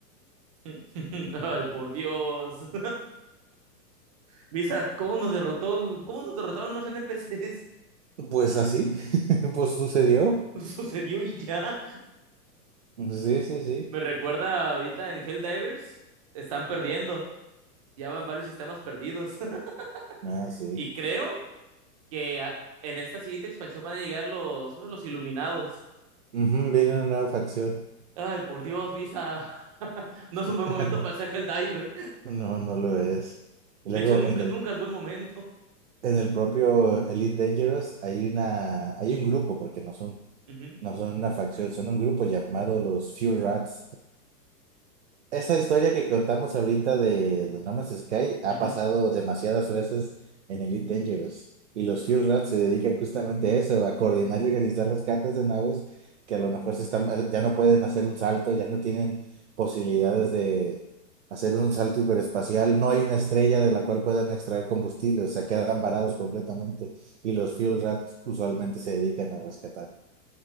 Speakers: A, on the right; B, on the right.
A: <laughs> Ay, por Dios. <laughs> Misa, ¿cómo nos derrotó, cómo nos derrotaron los NPCs?
B: Pues así, <laughs> pues sucedió.
A: <laughs> Sucedió y ya.
B: Sí, sí, sí.
A: Me recuerda ahorita en Helldivers, están perdiendo. Ya van varios sistemas perdidos. <laughs>
B: Ah, sí.
A: Y creo que a- en esta siguiente expansión van a llegar los, los iluminados.
B: Ujú, viene una nueva facción.
A: Ay, por Dios, Misa. <laughs> No
B: <laughs>
A: es un buen momento para ser Helldiver.
B: No, no lo es. Y luego
A: De hecho, nunca,
B: en el,
A: nunca es buen momento.
B: en el propio Elite Dangerous hay una, hay un grupo, porque no son,
A: Ujú,
B: no son una facción, son un grupo llamado los Fuel Rats. Esa historia que contamos ahorita de, de No Man's Sky ha
A: ujú.
B: pasado demasiadas veces en Elite Dangerous y los Fuel Rats se dedican justamente a eso, a coordinar y organizar rescates de naves que a lo mejor se están, ya no pueden hacer un salto, ya no tienen posibilidades de hacer un salto hiperespacial, no hay una estrella de la cual puedan extraer combustible, o sea, quedan varados completamente y los Fuel Rats usualmente se dedican a rescatar.